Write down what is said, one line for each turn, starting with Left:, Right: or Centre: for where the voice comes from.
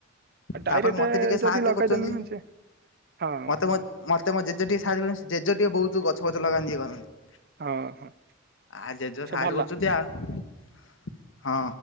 Right: ଡାଇରେକ୍ଟ
Left: ତାପରେ ମତେ ଟିକେ
Right: ଯଦି
Left: ସାହାଯ୍ୟ
Right: ଲଗେଇଦେମି
Left: କରୁଛନ୍ତି।
Right: ମେଞ୍ଚେ ହଁ
Left: ମତେ ମ ମତେ ମୋ ଜେଜେ ଟିକେ ସାହାଯ୍ୟ କରନ୍ତି ଜେଜେ ଟିକେ ବହୁତ ଗଛ ଫଛ ଲଗାନ୍ତି ଇଏ କରନ୍ତି।
Right: ହଁ ହଁ।
Left: ଆ ଜେଜ
Right: ସେ
Left: ସାହାର୍ଯ୍ୟ
Right: ଭଲ।
Left: କରଛନ୍ତି ଆ ହଁ।